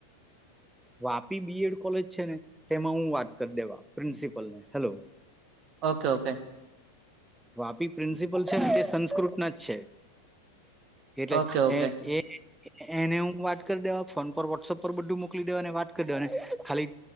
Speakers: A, in the centre; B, on the right.
A: વાપી બીએડ કોલેજ છે ને તેમાં હું વાત કરી દેવા પ્રિન્સિપલ ને hello
B: okay okay
A: Vapi principal છે ને તે સંસ્કૃત ના જ છે. એટલે
B: ઓકે ઓકે
A: એ એ એને હું વાત કરી દેવા ફોન પર વોટસઅપ પર બધું મોકલી દેવા ને વાત કરી દેવા ને ખાલી